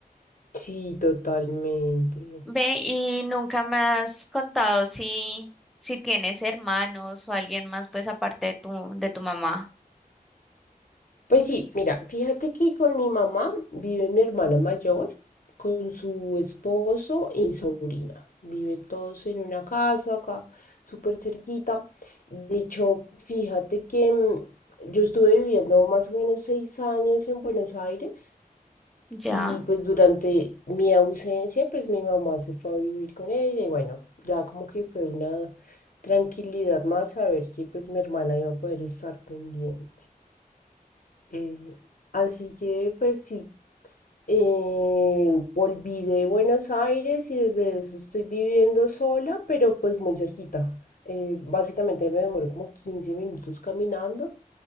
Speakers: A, on the left; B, in the centre.
A: Sí, totalmente.
B: Ve, y nunca me has contado si, si tienes hermanos o alguien más, pues aparte de tu, de tu mamá.
A: Pues sí, mira, fíjate que con mi mamá vive mi hermana mayor, con su esposo y sobrina. Viven todos en una casa acá, súper cerquita. De hecho, fíjate que mm, yo estuve viviendo más o menos seis años en Buenos Aires
B: ¿Ya?
A: y pues durante mi ausencia, pues mi mamá se fue a vivir con ella y bueno, ya como que fue una tranquilidad más saber que pues mi hermana iba a poder estar pendiente. Eh, así que pues sí, eh, volví de Buenos Aires y desde eso estoy viviendo sola, pero pues muy cerquita. Eh, básicamente me demoro como 15 minutos caminando